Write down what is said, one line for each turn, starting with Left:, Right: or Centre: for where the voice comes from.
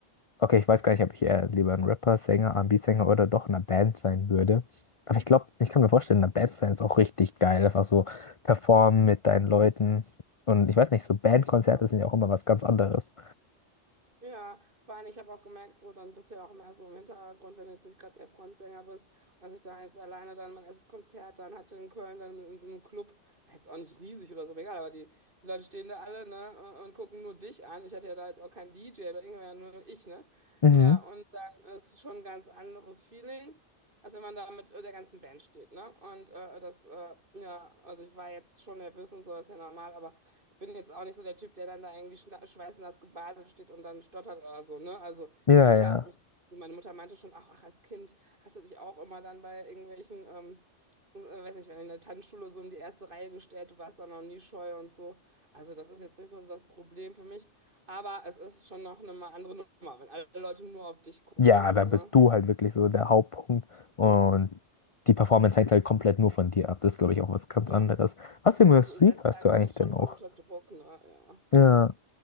Left: okay, ich weiß gar nicht, ob ich eher lieber ein Rapper, Sänger, R&B-Sänger oder doch in einer Band sein würde. Aber ich glaube, ich kann mir vorstellen, in einer Band sein ist auch richtig geil. Einfach so performen mit deinen Leuten. Und ich weiß nicht, so Bandkonzerte
Right: Voll.
Left: sind ja auch immer was ganz anderes.
Right: Ja, vor allem, ich habe auch gemerkt, so dann bist du ja auch mehr so im Hintergrund, wenn du jetzt nicht gerade der Frontsänger bist. Und als ich da jetzt alleine dann mein erstes Konzert dann hatte in Köln, dann in so einem Club, war jetzt auch nicht riesig oder so, aber egal, aber die, die Leute stehen da alle, ne, und gucken nur dich an. Ich hatte ja da jetzt auch keinen DJ oder irgendwer, nur ich, ne?
Left: Mhm.
Right: Ja, und dann ist schon ein ganz anderes Feeling, als wenn man da mit äh, der ganzen Band steht, ne? Und äh, das, äh, ja, also ich war jetzt schon nervös und so, ist ja normal, aber bin jetzt auch nicht so der Typ, der dann da irgendwie schna- schweißnass gebadet steht und dann stottert oder so, ne? Also
Left: Ja,
Right: ich
Left: ja.
Right: habe mich, so meine Mutter meinte schon, ach, ach, als Kind hast du dich auch immer dann bei irgendwelchen, ähm, äh, weiß nicht, wenn in der Tanzschule so in die erste Reihe gestellt, du warst da noch nie scheu und so. Also das ist jetzt nicht so das Problem für mich, aber es ist schon noch eine mal andere Nummer, wenn alle Leute nur auf dich gucken,
Left: Ja,
Right: so,
Left: da
Right: ne?
Left: bist du halt wirklich so der Hauptpunkt und die Performance hängt halt komplett nur von dir ab. Das ist, glaube ich, auch was ganz
Right: Genau.
Left: anderes. Was für Musik
Right: Das setzt
Left: hörst
Right: einen
Left: du eigentlich
Right: schon
Left: denn
Right: voll
Left: auch?
Right: unter Druck, ne? Ja.
Left: Ja,